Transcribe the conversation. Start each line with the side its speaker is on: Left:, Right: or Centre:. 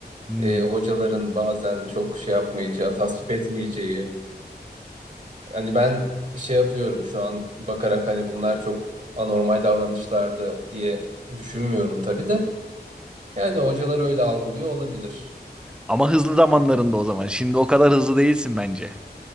Centre: Hmm.
Right: Ee, hocaların bazen çok şey yapmayacağı, tasvip etmeyeceği. Hani ben şey yapıyorum şu an bakarak hani bunlar çok anormal davranışlardı diye düşünmüyorum tabii de. Yani hocalar öyle algılıyor olabilir.
Centre: Ama hızlı zamanlarında o zaman. Şimdi o kadar hızlı değilsin bence.